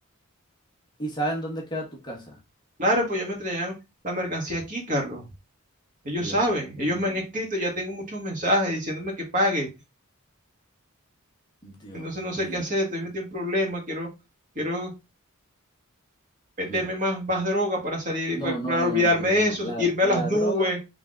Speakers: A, on the left; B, on the right.
A: y saben dónde queda tu casa.
B: Claro, pues yo me traían la mercancía aquí, Carlos. Ellos
A: Dios
B: saben,
A: mío,
B: ellos me han escrito, ya tengo muchos mensajes diciéndome que pague.
A: Dios
B: Entonces no
A: mío.
B: sé qué hacer, estoy metido en un problema, quiero, quiero meterme
A: Mira.
B: más, más droga para salir, para,
A: No,
B: para
A: no, no,
B: olvidarme
A: no, no, no,
B: de
A: no.
B: eso,
A: La,
B: irme
A: la
B: a las nubes
A: droga,